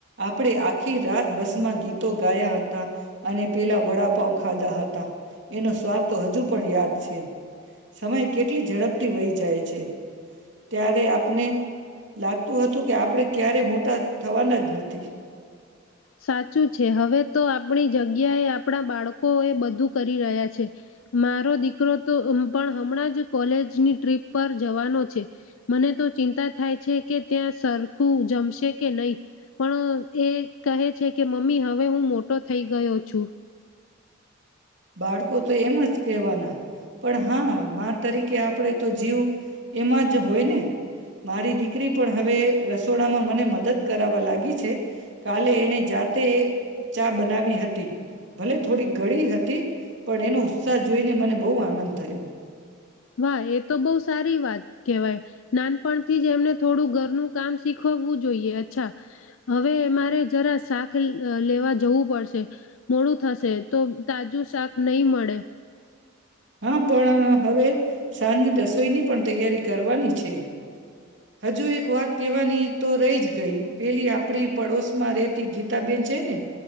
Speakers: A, on the right (about 60°); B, on the left (about 80°).
A: આપણેે આખી રાત- બસમાં ગીતો ગાયા હતા, અને પેલા વડાપાઉ ખાધા હતા, એનો સ્વાદ તો હજુ પણ યાદ છે. સમય કેટલી ઝડપથી વહી જાય છે, ત્યારે આપને લાગતું હતું કે આપણે ક્યારેય મોટા થવાના જ નથી.
B: સાચું છે. હવે તો આપણી જગ્યાએ આપણા બાળકો એ બધું કરી રહ્યા છે. મારો દીકરો તો પણ હમણાં જ કોલેજની ટ્રીપ પર જવાનો છે. મને તો ચિંતા થાય છે કે ત્યાં સરખું જમશે કે નહીં, પણ એ કહે છે કે મમ્મી હવે હું મોટો થઈ ગયો છું.
A: બાળકો તો એમ જ કહેવાના, પણ હા મા તરીકે આપણે તો જીવ એમાં જ હોય ને. મારી દીકરી પણ હવે રસોડામાં મને મદદ કરાવવા લાગી છે. કાલે એને જાતે ચા બનાવી હતી. ભલે થોડી ગળી હત તી પણ એનો ઉત્સાહ જોઈને મને બહુ આનંદ થયો.
B: વાહ એ તો બહુ સારી વાત કહેવાય. નાનપણ થી જ એમને થોડું ઘરનું કામ શીખવવું જોઈએ. અચ્છા, હવે મારે જરા શાક લ લેવા જવું પડશે, મોડું થશે તો તાજું શાક નહીં મળે.
A: હા પણ હવે સાંજની રસોઈની પણ તૈયારી કરવાની છે. હજુ એક વાત કેહેવાની તો રહી જ ગઈ, પેલી આપડી પડોશ માં રેતી ગીતાબેન છે ને